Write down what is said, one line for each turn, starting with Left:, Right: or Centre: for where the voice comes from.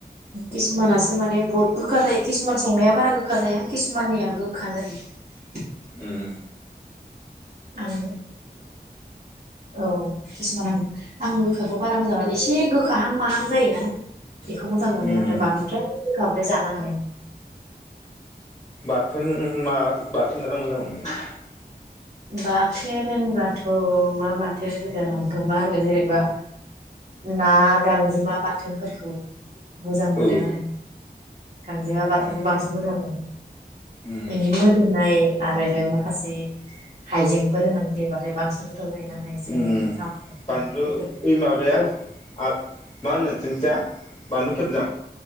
Right: किसुमानासो माने बुहुत गोखा जायो किसुमान संनाया बारा गोखा जाया किसुमाननिया गोखा जायो
Left: ओम
Right: आं औ किसुमान आं आं गोखाखौ बारा मोजागा एसे गोखाहां माहां जायोना बेखौ मोजां मोनो
Left: उम
Right: आरो बांद्राय गोखाबाथाय जा नाय
Left: बाथोन मा बाथोन जानो मोजां मोनो नोंलाय
Right: बाथोन होनबाथ मा बाथोन होनगोन आंखौ मा होनो जेनेबा ना गांजेमा बाथोनफोरखौ मोजां मोनो
Left: औ
Right: आरो गांजेमा बाथानबो
Left: उम
Right: बांसिन मोजां मोनो
Left: उम
Right: बिनि मोदोमनाय आरो माखासे हाइजेंफोर होननानै देबाथाय बांसिन गोथाव जायोना हाइजें
Left: उम
Right: सामब्राम
Left: बानलु
Right: बेफोरखौ
Left: ओइ माबाया
Right: औ
Left: आरो मा होनो थिंखिया बानलु खेबजां